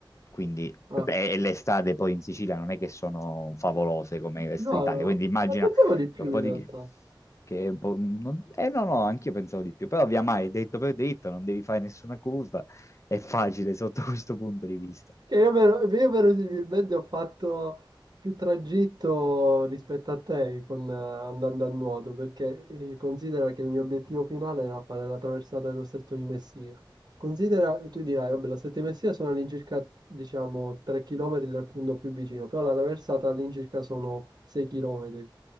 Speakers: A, on the left; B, on the right.
A: Quindi,
B: Ah,
A: beh, e le strade poi in Sicilia non è che sono favolose come il resto
B: no,
A: d'Italia.
B: no, no,
A: Quindi immagina
B: ma pensavo di più
A: un po'
B: in realtà.
A: di... Che è po- non- eh no, no, anch'io pensavo di più. Però via mare, dritto per dritto, non devi fare nessuna curva. È facile sotto <laughs> questo punto di vista.
B: Che io, vero- io verosimilmente ho fatto più tragitto rispetto a te con, eh, andando a nuoto, perché eh, considera che il mio obiettivo finale era fare la traversata dello Stretto di Messina. Considera, tu dirai, vabbè, lo Stretto di Messina sono all'incirca, diciamo, 3 km dal punto più vicino, però la traversata all'incirca sono 6 km.